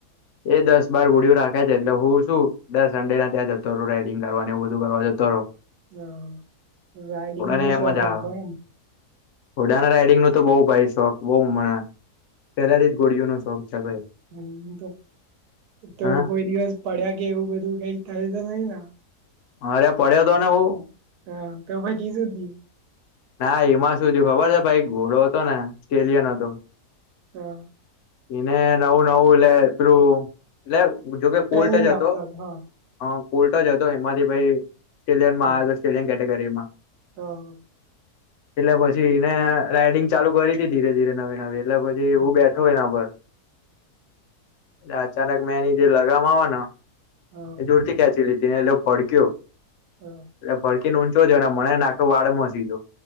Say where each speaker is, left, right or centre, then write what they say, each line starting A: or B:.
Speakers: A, on the left (about 70°); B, on the right (about 80°).
A: એ દસ બાર ગોડયો રાખે છે એટલે હું શું દસ સંન્ડે ના ત્યાં જતો રહો રાઈડિંગ કરવા ને એ બધું કરવા જતો રહો.
B: હા રાઈડિંગ
A: ને
B: ન શોખ
A: મજા
B: રાખો
A: આવે
B: એમ.
A: ઘોડાના રાઈડિંગ નો તો બઉ ભાઈ શોખ બઉણા પેલાથી જ ગોડીયો નો શોખ છે. ભાઈ
B: હ તો તો
A: હા
B: કોઈ દિવસ પડ્યા કે એવું બધું કઈ થ નહીને
A: અરે પડ્યો હતો ને હું.
B: હા તો ભકીી સુધી
A: ના એમાં સુધી ખબર છે ભાઈ ઘોડો હતો ને ઓસ્ટ્રેલિયા ન હતો
B: હા
A: એને નવું નવું લ એું એટલે જોકે
B: ટ્રેનિંગ
A: કોર્ટ જ
B: આપતા
A: હતો
B: હા
A: હ કોર્ટ જ હતો એમાંથી ભાઈ ઓસ્ટ્રેલિનમાં
B: હા
A: ઓસ્ટ્રેલિયન કેટેગરીમાં
B: હા
A: એટલે પછીને રાઈડિંગ ચાલુ કરી હતીી ધીરે ધીરે નવી નવી એટલે પછી
B: હા
A: હું બેઠો એના પર એટ અચાનક મેં એની જે લગ આવે ને
B: હા
A: એ દૂર થી ખેંચી લીધી ને એટલે ભડક્યો
B: હા
A: એટલે ભડકીને ઊંચો જો ને મને નાખ વાળ મસીજો